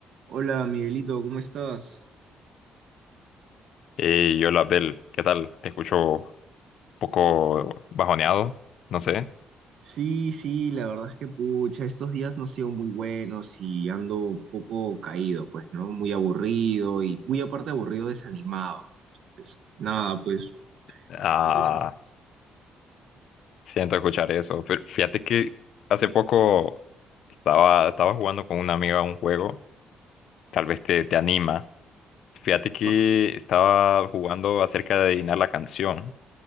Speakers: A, on the right (about 70°); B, on the left (about 70°).
A: Hola Miguelito, ¿cómo estás?
B: Y hola Abdel, ¿qué tal? Te escucho un poco bajoneado, no sé.
A: Sí, sí, la verdad es que pucha, estos días no han sido muy buenos y ando un poco caído, pues, ¿no? Muy aburrido y muy aparte aburrido, desanimado. Entonces, nada, pues,
B: Ah,
A: eso.
B: siento escuchar eso. Pero fíjate que hace poco estaba, estaba jugando con una amiga un juego, tal vez te, te anima. Fíjate que
A: Ah,
B: estaba jugando acerca de adivinar la canción,